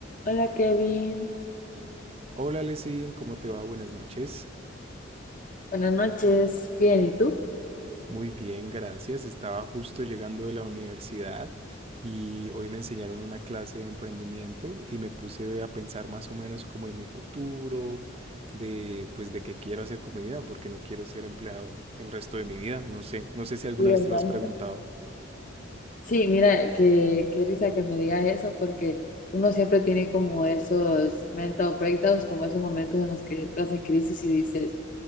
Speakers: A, on the left; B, on the right.
A: Hola Kevin,
B: Hola Lesin, ¿cómo te va? Buenas noches.
A: buenas noches, bien, ¿y tú?
B: Muy bien, gracias. Estaba justo llegando de la universidad y hoy me enseñaron una clase de emprendimiento y me puse a pensar más o menos como en mi futuro, de pues de qué quiero hacer con mi vida, porque no quiero ser empleado el resto de mi vida. No sé, no sé si alguna
A: Sí,
B: vez
A: ¿verdad?
B: te lo has preguntado.
A: Sí, mira, qué, qué risa que me digas eso porque uno siempre tiene como esos mental breakdowns, como esos momentos en los que entras en crisis y dices,